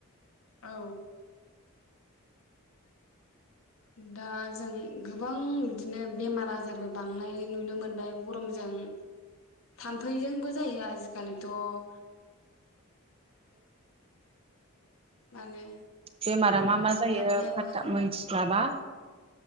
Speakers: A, on the left; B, on the right.
A: औ दा जों गोबां बिदिनो बेमार आजारबो बांनाय नुनो मोनबाय गरमजों थाम फै जोंबो जायो आजिकालिथ' औ माने
B: बेमारा मा मा जायो
A: थाम्फैयाबो
B: फाथ्था मिथिस्लाबा